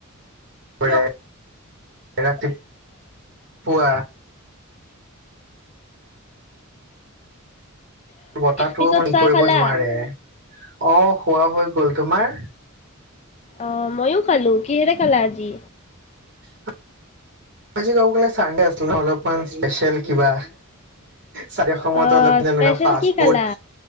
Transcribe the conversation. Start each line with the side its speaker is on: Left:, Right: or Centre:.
Right: াৰ এৰাতিপ পুৱা বটাটো
Left: পিছত
Right: মান ই
Left: চাহ
Right: কৰিব
Left: খালা?
Right: নোৱাৰে আহ খোৱা হৈ গল তোমাৰ
Left: অ মইয়ো খালো কিহেৰে খালা আজি
Right: উ আজি গাও গলে চানডে আছিলে ন অলপমান স্পেচিয়েল কিবা চাৰি অসমত
Left: অ'
Right: অলপ যেনেকুৱা
Left: স্পেচিয়েল
Right: ফাষ্ট
Left: কি খালা?
Right: ফুড